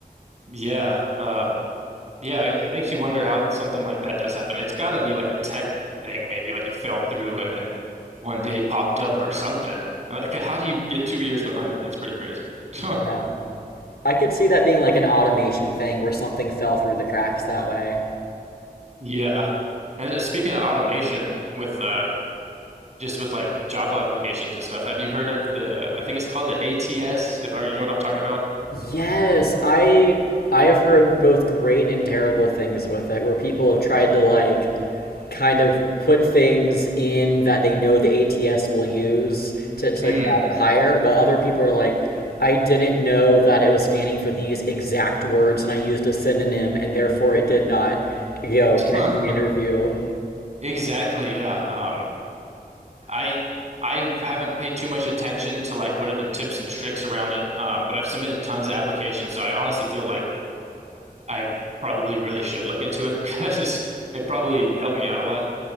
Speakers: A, on the right; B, on the left.
A: Yeah. Um, yeah, it makes you wonder how something like that does happen. It's got to be like a tech thing, maybe like you fell through and then one day popped up or something. Like, how do you get two years behind? That's pretty crazy. <laughs>
B: Yeah. I could see that being like an automation thing where something fell through the cracks that way.
A: Yeah. And uh, speaking of automation with uh just with like Java applications and stuff, have you heard of the I think it's called the ATS, if or you know what I'm talking about?
B: Yes, I I have heard both great and terrible things with it where people have tried to like kind of put things in that they know the ATS will use to, to
A: Mm.
B: grab it higher, while other people are like, I didn't know that it was scanning for these exact words and I used a synonym and therefore it did not, you know,
A: <laughs>
B: get me an interview.
A: Exactly, yeah. um, I I haven't paid too much attention to like what are the tips and tricks around it. Um, but I've submitted tons of applications, so I honestly feel like I probably really should look into it <laughs> because it probably helped me out a lot.